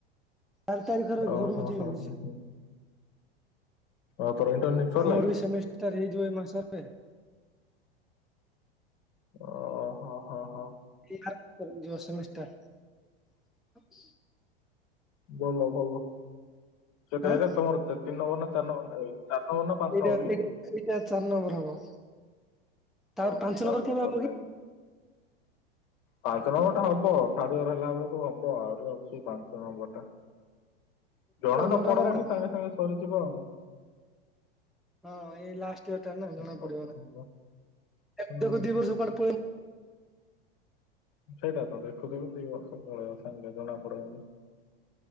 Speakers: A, in the centre; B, on the left (about 45°).
A: ଚାରି ତାରିଖରେ ଘରୁକୁ
B: ଓହୋ
A: ଯିବି
B: ହୋ
A: ଭାବୁଛି।
B: ହୁଁ ହୁଁ ଆଉ ତୋର ଇଣ୍ଟର୍ନସିପ ସରିଲା
A: ଆମର
B: କି
A: ବି ସେମିଷ୍ଟାର ହେଇଯିବ ଏଇ ମାସରେ।
B: ଓ ହୋ ହୋ ହୋ
A: ଯିଭା ତ ଯୋ ସେମିଷ୍ଟା <inaudible>
B: ଭଲ ଭଲ ସେଟା
A: ଆଁ
B: ଏଇନା ତୋମର ତିନି ନମ୍ବର ନା ଚାରି ନମ୍ବର ଏଇ ଚାରି ନମ୍ବର ନା ପାଞ୍ଚ
A: ଏଇଟା,
B: ନମ୍ବର କି
A: ଏଇଟା, ଏଇଟା ଚାରି ନମ୍ବର ହବ। ତାପରେ
B: ହଁ
A: ପାଞ୍ଚ
B: ଚାର
A: କେବେ
B: ନମ୍ବର
A: ହବ
B: ନା କି? ପାଞ୍ଚ ନମ୍ବର ଟା ହବ ଥାର୍ଡ ଇୟର୍ ହେଲା ବେଳକୁ ହବ ଆହୁରି ଅଛି ପାଞ୍ଚ ନମ୍ବର ଟା। ଜଣା ତ
A: ନଭେମ୍ବର
B: ପଡବନି
A: ଆଡକୁ
B: ସାଙ୍ଗେ ସାଙ୍ଗେ ସରିଯିବ ଆଉ ସେ।
A: ହଁ ଏଇ ଲାଷ୍ଟ ଇୟର୍ ଟା ନା ଜଣା
B: ନବେ
A: ପଡିବ ନା,
B: ନମ୍ବର।
A: ଏ
B: ହୁଁ
A: <unintelligible> ଦି
B: ହୁଁ
A: ବର୍ଷ କୁଆଡେ ପଳେଇ
B: ସେଇଟା ତ ଦେଖୁ ଦେଖୁ ଦି ବର୍ଷ ପଳେଇବ ସାଙ୍ଗେ ଜଣା ପଡିବନି।